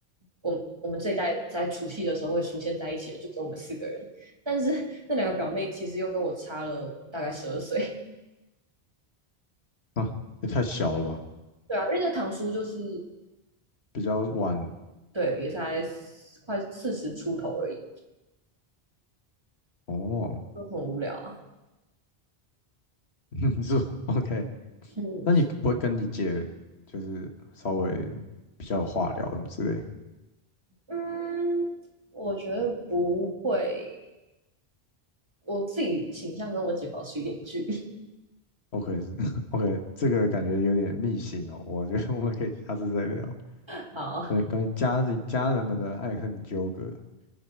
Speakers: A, on the right; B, on the left.
A: 我我们这一代在除夕的时候会出现在一起的，就只有我们四个人。但是 <laughs> 那两个表妹其实又跟我差了大概十二岁，
B: 啊，也太小了吧，
A: <laughs> 对啊，因为那堂叔就是
B: 比较晚
A: 对，也才快四十出头而已，
B: 哦，
A: 就很无聊啊。
B: <laughs> 是吧 OK。
A: 嗯，
B: 那你不会跟你姐就是稍微比较有话聊什么之类
A: 嗯，我觉得不会，我自己倾向跟我姐保持一点距离。
B: ？OK 是 <laughs> OK，这个感觉有点密信哦，我觉得我们可以下次再聊。
A: <laughs> 好，
B: 对，关于家人家人们的爱恨纠葛。